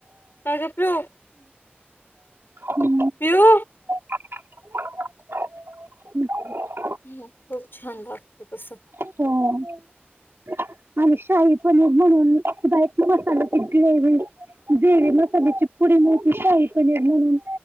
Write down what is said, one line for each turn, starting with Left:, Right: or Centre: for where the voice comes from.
Left: त्याज्यात होय.
Right: <unintelligible>
Left: पिऊ.
Right: हच्
Left: ह खूप छान लागत तसं
Right: हो आणि शाही पनीर म्हणूनय मसाल्याची ग्रेव्ही बेरे मसाल्याची पुडी मती का पनिर म्हणून